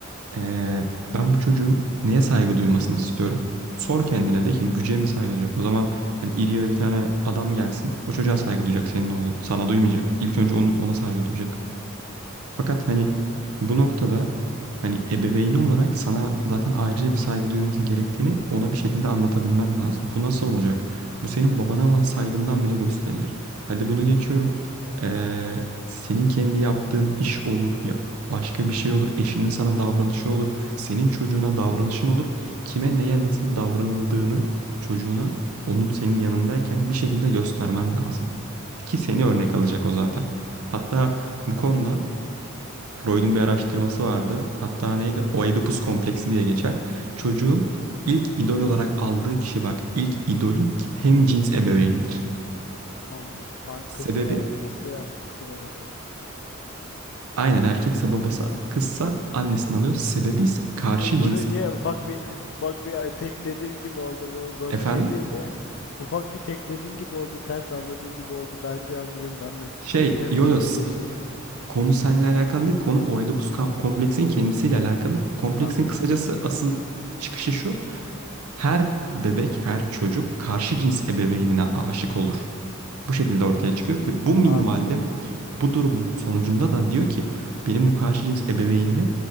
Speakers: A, on the right; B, on the left.
A: eee, ben bu çocuğun neye saygı duymasını istiyorum. Sor kendine de ki güce mi saygı duyacak? O zaman hani iri yarı bir tane adam gelsin o çocuğa saygı duyacak senin oğlun sana duymayacak. İlk önce onun, ona saygı duyacak. Fakat hani bu
B: Yani.
A: noktada hani ebeveyni olarak sana zaten ayrıca bir saygı duyması gerektiğini ona bir şekilde anlatabilmen lazım. Bu nasıl olacak? Bu senin babana olan saygından bile gösterilir. Hadi bunu geçiyorum. Ee, senin kendi yaptığın iş olur ya başka bir şey olur. Eşinin sana davranışı olur. Senin çocuğuna
B: Hı hı.
A: davranışın olur. Kime neye nasıl davranıldığını çocuğuna onun senin yanındayken bir şekilde göstermen lazım. Ki seni örnek alacak o zaten. Hatta bu konuda Freud'un bir araştırması vardı. Hatta neydi?
B: Hı hı.
A: Oedipus kompleksi diye geçer. Çocuğun ilk idol olarak aldığı kişi bak ilk idolü hem cins ebeveynidir.
B: Anladım. A- Kızsa
A: Sebebi
B: annesi, erkekse babası.
A: aynen erkekse babası kızsa annesinden alıyor. Sebebi ise karşı
B: E,
A: cins.
B: Bunu niye ufak bir ufak bir tekledin gibi oldu bu zor
A: Efendim?
B: bir şey değil de ufak bir tekledin gibi oldu ters anladığın gibi oldu ben bir an dedim ben mi
A: Şey
B: hem
A: yo-yo
B: cinsle
A: s-
B: şeyi
A: konu seninle alakalı değil. Konu Oedipus kam- kompleksinin kendisiyle alakalı. Kompleksin
B: anladım
A: kısacası asıl çıkışı şu. Her bebek, her çocuk karşı cins ebeveynine aşık olur. Bu şekilde ortaya çıkıyor ve bu minvalde
B: anladım
A: bu durumun sonucunda da diyor ki benim bu karşı cins ebeveynimi